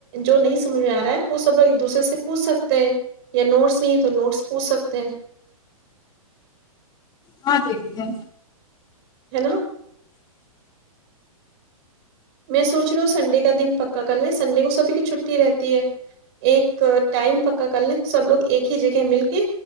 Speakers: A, on the right; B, on the left.
A: جو نہیں سمجھ میں ا رہا ہے وہ سب لوگ ایک دوسرے سے پوچھ سکتے ہیں یا نوٹس نہیں تو نوٹس پوچھ سکتے ہیں
B: ہاں جی ایکدم
A: ہے نا میں سوچ رہا ہوں سنڈے کا دن پکا کل ہے سنڈے کو سبھی کی چھٹی رہتی ہے ایک ٹائم پکا کر لیں تو سب لوگ ایک ہی جگہ مل کے